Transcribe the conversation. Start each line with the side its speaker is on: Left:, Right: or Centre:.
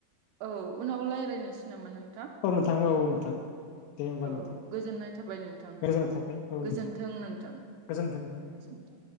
Right: औ उनाव रायज्लायनोसै नामा नोंथां?
Left: औ नोथां औ औ नोंथां। दे होनबा
Right: औ
Left: नोंथां।
Right: औ गोजोननाय थाबाय नोंथां
Left: गोजोनाय
Right: औ
Left: थाबाय औ
Right: गोजोन्थों
Left: नोंथां
Right: नोंथां
Left: गोजोनथों।
Right: गोजोन्थों।